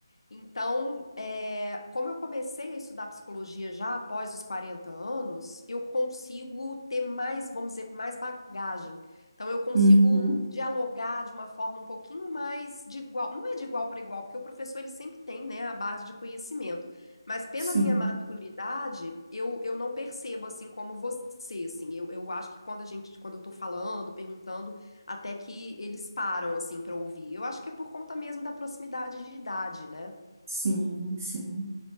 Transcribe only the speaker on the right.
uhum.
Sim,
sim, sim.